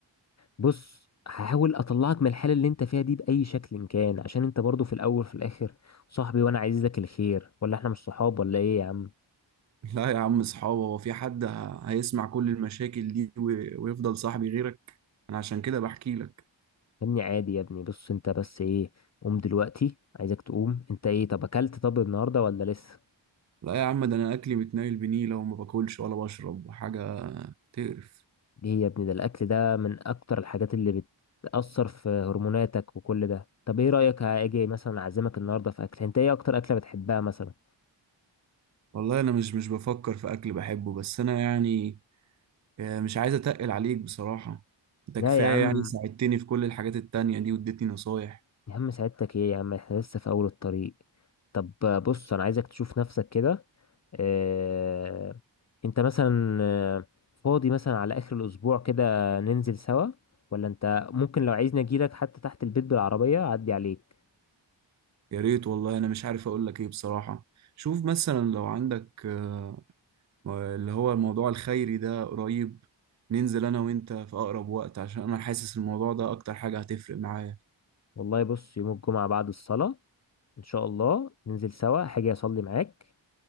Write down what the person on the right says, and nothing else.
<laughs> لا يا عم صحابه هو في حد ه- هيسمع كل المشاكل دي وي- ويفضل صاحبي غيرك انا عشان كده بحكي لك
لا يا عم ده انا اكلي متنايل بنيلة وما باكلش ولا بشرب وحاجة تقرف
والله انا مش مش بفكر في اكل بحبه بس انا يعني آه، مش عايز اتقل عليك بصراحة انت
كفاية
يعني ساعدتني في كل الحاجات التانية دي واديتني نصايح
يا ريت والله انا مش عارف اقول لك ايه بصراحة شوف مثلا لو عندك آه، آه، اللي هو الموضوع الخيري ده قريب ننزل انا وانت في اقرب وقت عشان انا حاسس الموضوع ده اكتر حاجة هتفرق معايا